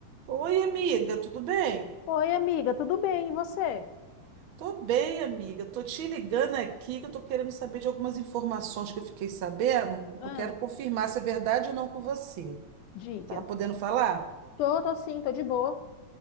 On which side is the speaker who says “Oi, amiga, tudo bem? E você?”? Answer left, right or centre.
Left